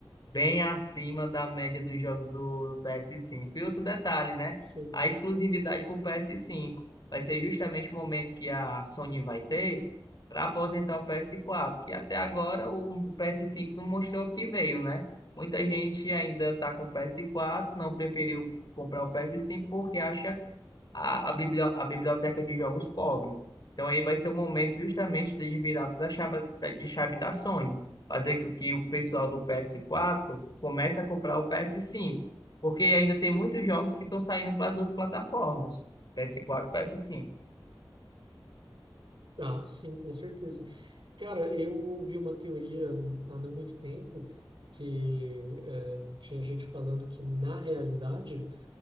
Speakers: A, on the left; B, on the right.
A: bem acima da média dos jogos do PS5. E outro detalhe, né?
B: Sim.
A: A exclusividade para o PS5 vai ser justamente o momento que a Sony vai ter para aposentar o PS4, que até agora o PS5 não mostrou que veio, né? Muita gente ainda está com o PS4, não preferiu comprar o PS5 porque acha a, a, biblio- a biblioteca de jogos pobre. Então aí vai ser o momento justamente de virar toda a chave da, de chave da Sony, fazer com que o pessoal do PS4 comece a comprar o PS5, porque ainda tem muitos jogos que estão saindo para as duas plataformas, PS4 e PS5.
B: Ah, sim, com certeza. Cara, eu ouvi uma teoria há não muito tempo que eh, tinha gente falando que, na realidade,